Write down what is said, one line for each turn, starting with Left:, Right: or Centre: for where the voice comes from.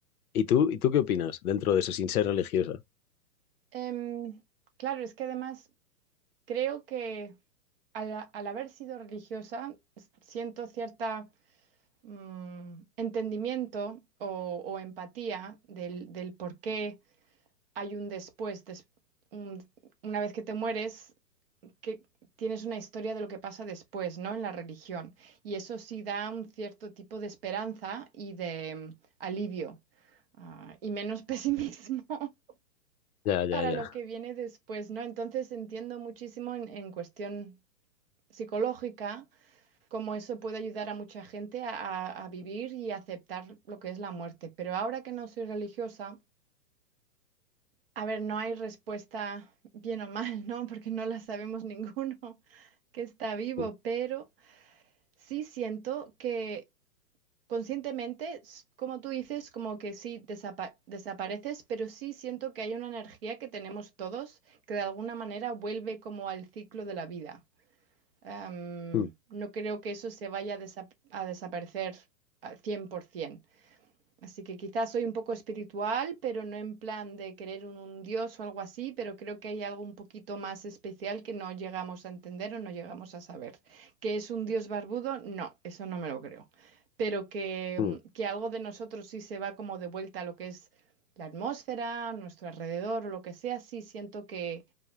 Left: ¿y tú, y tú qué opinas dentro de eso sin ser religiosa?
Right: Em, claro, es que además creo que al, a- al haber sido religiosa s- siento cierta mm, entendimiento o, o empatía del, del por qué hay un después, des- un- una vez que te mueres, que tienes una historia de lo que pasa después, ¿no? En la religión. Y eso sí da un cierto tipo de esperanza y de mm, alivio, ah, y menos <laughs> pesimismo
Left: Ya, ya,
Right: para
Left: ya.
Right: lo que viene después, ¿no? Entonces entiendo muchísimo en, en cuestión psicológica cómo eso puede ayudar a mucha gente a, a- a vivir y aceptar lo que es la muerte. Pero ahora que no soy religiosa, a ver, no hay respuesta bien o mal, ¿no? <laughs> Porque no la sabemos ninguno <laughs> que está vivo,
Left: Mm,
Right: pero... Sí siento que conscientemente, s- como tú dices, como que sí desapa- desapareces, pero sí siento que hay una energía que tenemos todos que de alguna manera vuelve como al ciclo de la vida. Am,
Left: mm,
Right: no creo que eso se vaya a, desa- a desaparecer al 100%. Así que quizás soy un poco espiritual, pero no en plan de querer un, un dios o algo así, pero creo que hay algo un poquito más especial que no llegamos a entender o no llegamos a saber. ¿Que es un dios barbudo? No, eso no me lo creo. Pero que,
Left: mm.
Right: mm, que algo de nosotros sí se va como de vuelta a lo que es la atmósfera, nuestro alrededor o lo que sea, sí siento que